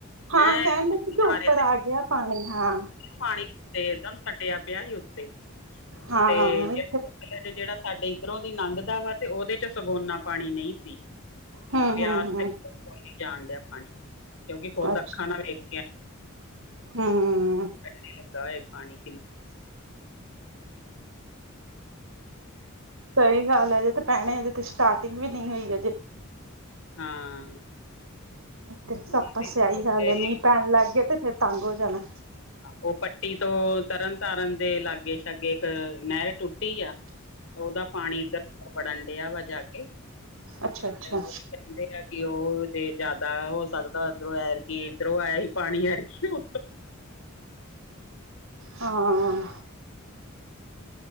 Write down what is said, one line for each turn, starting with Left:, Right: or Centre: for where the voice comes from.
Right: ਹਾਂ
Left: ਹੈਂਣੀ
Right: ਕਹਿਣ ਡੇ ਸੀ ਕਿ ਉੱਪਰ ਆ ਗਿਆ ਪਾਣੀ ਹਾਂ
Left: ਪਾਣੀ ਉਤੇ ਇਕ ਦਮ ਸੱਟਿਆ ਪਿਆ ਸੀ, ਉੱਤੇ
Right: ਹਾਂ
Left: ਤੇ
Right: ਉਹੀ
Left: ਜੇ ਜਿਹੜਾ ਸਾਡੇ ਇੱਧਰੋਂ ਦੀ ਲੰਘਦਾ ਵਾ, ਤੇ ਉਹਦੇ ਚ ਸਗੋ ਏਨਾ ਪਾਣੀ ਨਹੀਂ ਸੀ।
Right: ਹੂੰ
Left: ਬਿਆਸ
Right: ਹੂੰ
Left: ਤੇ
Right: ਹੂੰ
Left: ਜਾਣ ਡਿਆ ਪਾਣੀ, ਕਿਉਂਕਿ ਖੁਦ
Right: ਅੱਛਾ
Left: ਅੱਖਾਂ ਨਾ ਵੇਖ
Right: ਹੂੰ
Left: ਲੱਗਾ ਹੋਏ। ਪਾਣੀ
Right: ਸਹੀ ਗੱਲ ਹੈ ਹਜੇ ਤੇ ਪਹਿਣੇ ਹਜੇ ਤੇ ਸਟਾਰਟਿੰਗ ਵੀ ਨਹੀਂ ਹੋਈ ਅਜੇ
Left: ਹਾਂ।
Right: ਤੇ
Left: ਉਹੀ
Right: ਸੱਪਾ
Left: ਵੇਖੋ
Right: ਸਿਆਹੀ
Left: ਤੇ
Right: ਗੱਲ, ਮੀਂਹ ਪੈਣ ਲੱਗ ਗਏ ਤੇ ਫਿਰਰ ਤੰਗ ਹੋ ਜਾਣਾ,
Left: ਉਹ ਪੱਟੀ ਤੋਂ ਤਰਨ ਤਾਰਨ ਦੇ ਲਾਗੇ-ਸ਼ਾਗੇ ਇੱਕ ਨਹਿਰ ਟੁੱਟੀ ਆ।
Right: <inaudible>
Left: ਉਹਦਾ ਪਾਣੀ ਇੱਧਰ ਵੜਨ ਡਿਆ ਵਾ, ਜਾ ਕੇ
Right: ਅੱਛਾ ਅੱਛਾ
Left: ਤੇ ਕਹਿੰਦੇ ਆ ਕਿ ਉਹ ਜੇ ਜ਼ਿਆਦਾ ਹੋ ਸਕਦਾ, ਉਧਰੋਂ ਐਰ ਕੀ, ਇੱਧਰੋਂ ਆਇਆ ਹੀ ਪਾਣੀ ਐਰ ਕੀ <inaudible>
Right: ਹਾਂ